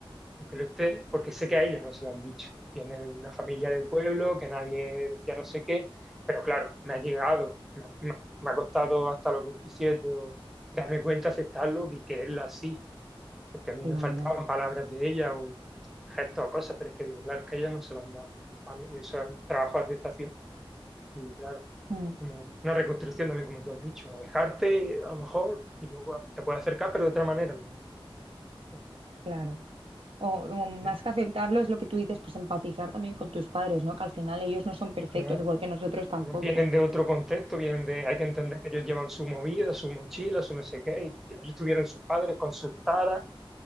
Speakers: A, in the centre; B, on the right (about 75°).
A: aunque lo esté, porque sé que a ella no se lo han dicho. Viene de una familia del pueblo, que nadie decía no sé qué, pero claro, me ha llegado, me, ha me ha- me ha costado hasta los 27 o darme cuenta, aceptarlo y quererla así porque a mí
B: Claro,
A: me faltaban palabras de ella o gestos o cosas, pero es que digo, claro, es que ella no se lo han dado, ¿vale? Y eso es un trabajo de aceptación y claro,
B: mm,
A: como una reconstrucción también, como tú has dicho, alejarte a lo mejor y luego te puedes acercar, pero de otra manera. lo que- no,
B: claro. O, o
A: eh,
B: más que aceptarlo es lo que tú dices, pues empatizar también con tus padres, ¿no? Que al final ellos no son perfectos,
A: Claro,
B: igual que nosotros tampoco.
A: bueno, vienen de otro contexto, vienen de, hay que entender que ellos llevan su movida, su mochila, su no sé qué, y ellos tuvieron sus padres con sus taras